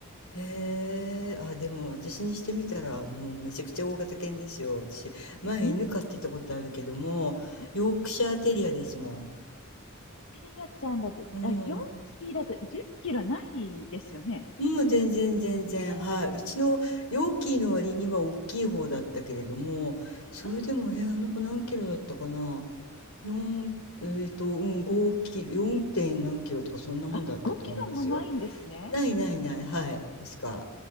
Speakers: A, on the left (about 85°); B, on the left (about 65°).
A: へえ、あ、でも私にしてみたらもうめちゃくちゃ大型犬ですよ。私、前犬飼ってたことあるけども、
B: うん、うんうん
A: ヨークシャーテリアですもん。
B: エリアちゃんだと、
A: うん。
B: あ、4キロだと10キロないですよね。
A: もう全然全然。
B: ね。
A: はい。うちのヨーキーの割には大きい方だったけれども、それでも、
B: うん。
A: え、あの子何キロだったかな ?4、えっと、うん、5キロ、4点何キロとかそんなもんだったと思いますよ。
B: あ、5キロもないんですね。
A: ないないない。はい。確か。